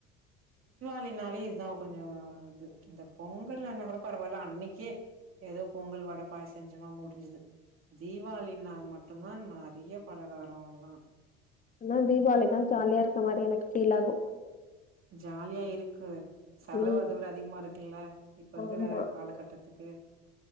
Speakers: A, on the right; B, on the left.
A: திபாளின்னாலே இதான் கொஞ்சம் இது இந்த பொங்கல்லன்னா கூட பரவாயில்ல அன்னைக்கே ஏதோ பொங்கல் வடை பாயாசம் செஞ்சமா முடிஞ்சுது தீப தீபாவளின்னா மட்டும்தான் நிறைய பலகாரம் எல்லாம்
B: ஆனா தீபாவளி தான் ஜாலியா இருக்க மாரி எனக்கு ஃபீல் ஆகும்
A: ஜாலியா இருக்கு செலவு
B: ம்.
A: அதை விட அதிகமா இருக்குல்ல இப்போ இருக்கிற
B: ஆமா.
A: காலகட்டத்துக்கு